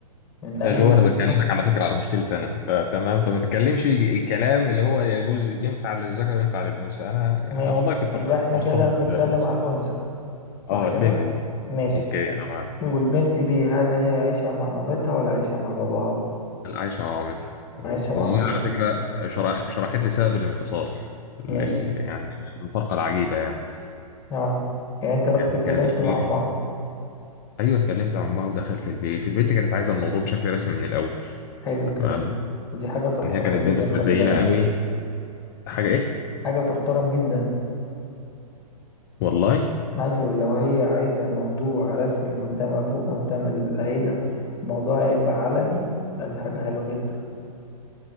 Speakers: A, on the left; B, on the left.
A: من اي
B: يا جو انا بكلمك
A: كلمة
B: على فكره على مشكلتي انا فتمام فما تتكلمش الكلام اللي هو يجوز ينفع للذكر وينفع للانثى انا يعني،
A: ماشي
B: انا والله كنت
A: يبقى احنا
B: ارتبط
A: كده بنتكلم
B: بأنثى.
A: على الانثى صح
B: اه البنت
A: كده
B: دي
A: ماشي
B: اوكي انا
A: والبنت دي هل هي عايشة مع مامتها ولا عايشة مع باباها
B: عايشة مع مامتها
A: عايشة مع
B: وأمها
A: مامتها
B: على فكرة شرح شرحت لي سبب الانفصال لل...
A: ماشي
B: يعني الفرقة العجيبة يعني
A: اه يعني انت رحت
B: يعني
A: اتكلمت
B: كانت بتقول
A: مع امها
B: لي أيوه اتكلمت مع أمها ودخلت البيت البنت كانت عايزة الموضوع بشكل رسمي من الأول
A: حلو الكلام
B: تمام
A: ودي حاجة تحترم
B: يعني هي كانت
A: جدا
B: بنت متدينة
A: خلي بالك
B: قوي حاجة إيه
A: حاجة تحترم جدا
B: والله
A: ايوه لو هي عايزة الموضوع رسمي قدام ابوه قدام العيلة الموضوع هيبقى علني لا دي حاجة حلوة جدا